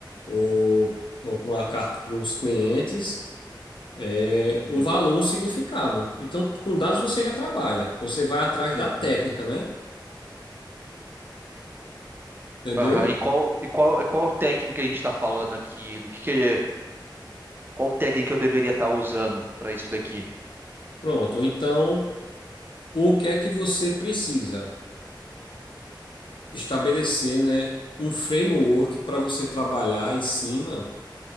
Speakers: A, on the left; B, on the right.
A: ou, ou para uma carta para os clientes, é,
B: Uhum,
A: um valor, um significado. Então, com dados você já trabalha, você vai atrás
B: uhum.
A: da técnica, né? Entendeu?
B: Aham, E qual e qual e qual técnica a gente tá falando aqui? Do que que é? Qual técnica eu deveria estar usando para isso daqui?
A: Pronto. Então, o que é que você precisa? Estabelecer, né, um framework para você trabalhar em cima